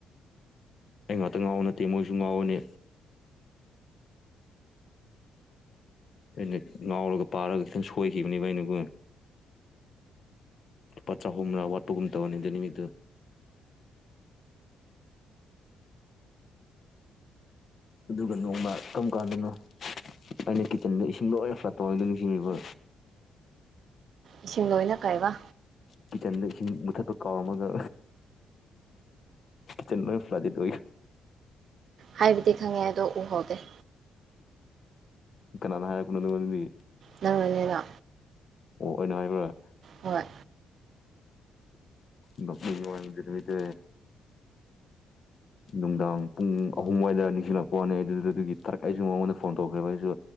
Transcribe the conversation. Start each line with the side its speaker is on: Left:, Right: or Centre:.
Left: ꯑꯩ ꯉꯥꯛꯇ ꯉꯥꯎꯕ ꯅꯠꯇꯦ ꯃꯣꯏꯁꯨ ꯉꯥꯎꯕꯅꯤ ꯑꯩꯅ ꯉꯥꯎꯔꯒ ꯄꯥꯔꯒ ꯈꯤꯇꯪ ꯁꯣꯏꯈꯤꯕꯅꯦꯕ ꯑꯩꯅꯒꯣ ꯂꯨꯄꯥ ꯆꯥꯍꯨꯝꯅꯥ ꯋꯥꯠꯄꯒꯨꯝ ꯇꯧꯕꯅꯤ ꯑꯗꯨ ꯅꯨꯃꯤꯠꯇꯣ ꯑꯗꯨꯒ ꯅꯣꯡꯃ ꯀꯔꯝ ꯀꯥꯟꯗꯅꯣ ꯑꯩꯅ ꯀꯤꯠꯆꯟꯗ ꯏꯁꯤꯡ ꯂꯣꯏꯅ <unintelligible> ꯅꯤꯡꯁꯤꯡꯉꯤꯕ
Right: ꯏꯁꯤꯡ ꯂꯣꯏꯅ ꯀꯥꯏꯕ
Left: ꯀꯤꯠꯆꯟꯗ ꯏꯁꯤꯡ ꯃꯨꯊꯠꯄ ꯀꯥꯎꯔꯝꯃꯒ ꯆ <unintelligible> ꯐ꯭ꯂꯥꯖꯤꯗꯦ
Right: ꯍꯥꯏꯕꯗꯤ ꯈꯪꯉꯦ ꯑꯗꯣ ꯎꯍꯧꯗꯦ
Left: ꯀꯅꯥꯅꯥ ꯍꯥꯏꯕꯅꯣ ꯅꯪꯉꯣꯟꯗꯗꯤ
Right: ꯅꯪꯅ ꯅꯤꯅ
Left: ꯑꯣ ꯑꯩꯅ ꯍꯥꯏꯕꯔꯥ
Right: ꯍꯣꯏ
Left: ꯅꯣꯡꯅꯤꯡꯕꯩ ꯋꯥꯅꯦ ꯑꯗꯨꯢ ꯅꯨꯃꯤꯠꯇꯣ ꯅꯨꯡꯗꯥꯡ ꯄꯨꯡ ꯑꯍꯨꯝꯋꯥꯏꯗ ꯅꯤꯡꯁꯤꯡꯂꯛꯄ ꯋꯥꯅꯤ ꯑꯗꯨꯗꯨꯒꯤ ꯇꯥꯔꯛ ꯑꯩꯁꯨ ꯃꯉꯣꯟꯗ ꯐꯣꯟ ꯇꯧꯈ꯭ꯔꯦꯕ ꯑꯩꯁꯨ